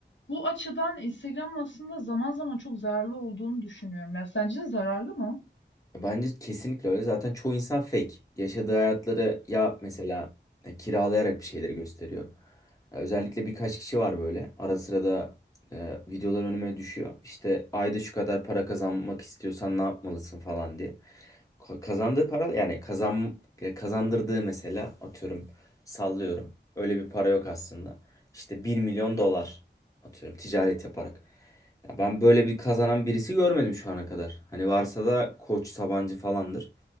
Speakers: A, on the left; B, on the left.
A: bu açıdan Instagram'ın aslında zaman zaman çok zararlı olduğunu düşünüyorum. Ya sence zararlı mı?
B: Bence kesinlikle öyle. Zaten çoğu insan fake. Yaşadığı hayatları ya mesela e, kiralayarak bir şeyleri gösteriyor. Ya Özellikle birkaç kişi var böyle. Ara sıra da e, videolar önüme düşüyor. İşte ayda şu kadar para kazanmak istiyorsan ne yapmalısın falan diye. Ka- Kazandığı para yani kazan e, kazandırdığı mesela atıyorum sallıyorum. Öyle bir para yok aslında. İşte bir milyon dolar atıyorum ticaret yaparak. Ya ben böyle bir kazanan birisi görmedim şu ana kadar. Hani varsa da Koç Sabancı falandır.